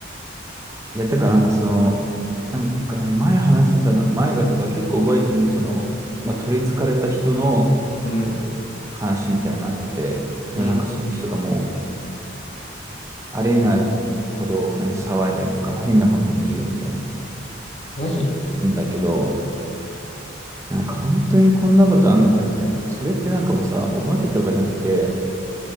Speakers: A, on the right; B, on the left.
A: いや、てかなんかその、なんかね、前話してたの、前がとか結構覚えてるのが、その、まあ、取り憑かれた人の
B: うん。
A: 話みたいになってて、でもなんかその人がも
B: うん。
A: う、あれになるほど、何、騒いだりとか、変なものが見えるみたいな。
B: マジ
A: んだけど、なんか本当にこんなことあんのかみたいな。それってなんかもうさ、お化けとかじゃなくて、